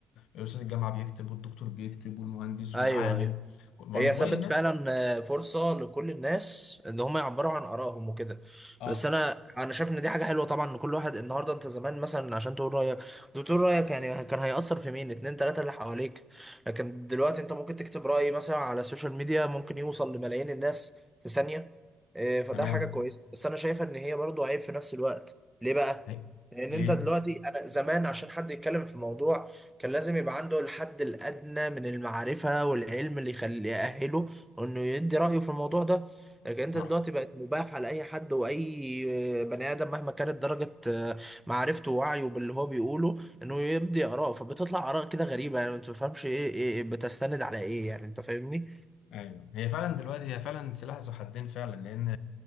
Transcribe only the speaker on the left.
استاذ الجامعه بيكتب والدكتور بيكتب والمهندس
والعامل
ما
هو الموبايل
ده
اه
تمام
هي-
ليه
صح
ايوه هي فعلا دلوقتي هي فعلا سلاح ذو حدين فعلا لان